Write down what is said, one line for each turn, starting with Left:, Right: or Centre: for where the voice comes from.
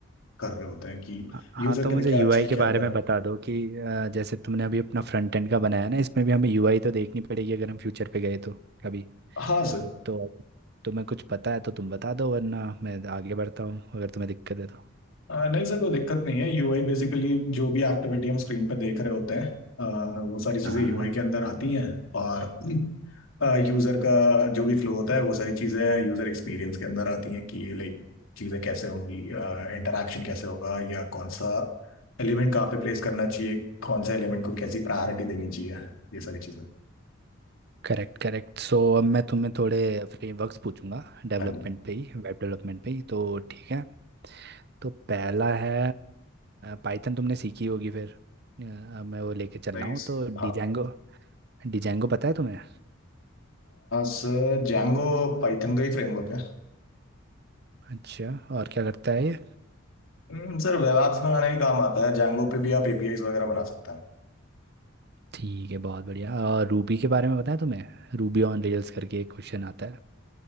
Left: कर रहे होते हैं कि
Right: हाँ हाँ,
Left: यूजर
Right: तो
Left: के
Right: मुझे
Left: लिए क्या
Right: यूआई
Left: अच्छा है क्या
Right: के बारे
Left: बुरा
Right: में बता दो कि अ, जैसे तुमने अभी अपना फ्रंट एंड का बनाया ना इसमें भी हमें यूआई तो देखनी पड़ेगी अगर हम फ्यूचर पे गए तो कभी
Left: हाँ सर
Right: तो अगर तुम्हें कुछ पता है तो तुम बता दो वरना मैं आगे बढ़ता हूँ अगर तुम्हें दिक्कत है तो
Left: आ, नहीं सर कोई दिक्कत नहीं है यूआई बेसिकली जो भी एक्टिविटी हम स्क्रीन पे देख रहे होते हैं आ, वो सारी चीज़ें
Right: हाँ
Left: यूआई के अंदर आती हैं और <clears throat> यूज़र का जो भी फ्लो होता है वो सारी चीज़ें यूज़र एक्सपीरियंस के अंदर आती हैं कि लाइक चीज़ें कैसे होंगी इंटरेक्शन कैसे होगा या कौन सा एलिमेंट कहाँ पे प्लेस करना चाहिए कौन सा एलिमेंट को कैसी प्रायोरिटी देनी चाहिए ये सारी चीज़ें
Right: करेक्ट करेक्ट सो अब मैं तुम्हें थोड़े फ्रेमवर्क्स पूछूंगा डेवलपमेंट
Left: हाँ जी
Right: पे ही वेब डेवलपमेंट पे ही तो ठीक है तो पहला है पाइथन तुमने सीखी होगी फिर अ, अब मैं वो लेके चल
Left: नाइस
Right: रहा हूँ तो
Left: हाँ
Right: डिजेंगो डिजेंगो पता है तुम्हें
Left: सर जैंगो पाइथन का ही फ्रेमवर्क है
Right: अच्छा और क्या करता है ये
Left: हम्म, सर वेब एप्स बनाने के काम आता है जैंगो पे भी आप एपीआईज वगैरह बना सकते हैं
Right: ठीक है बहुत बढ़िया और रूबी के बारे में पता है तुम्हें रूबी ऑन रेल्स करके एक क्वेश्चन आता है